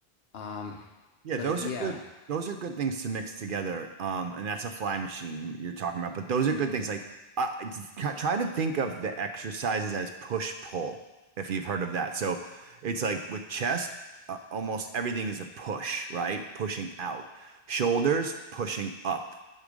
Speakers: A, on the left; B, on the right.
A: Um,
B: Yeah,
A: but
B: those
A: it, yeah,
B: are good. Those are good things to mix together. Um, and that's a fly machine you're talking about. But those are good things. Like, I I just try to think of the exercises as push pull, if you've heard of that. So, it's like with chest, uh, almost everything is a push, right? Pushing out. Shoulders, pushing up.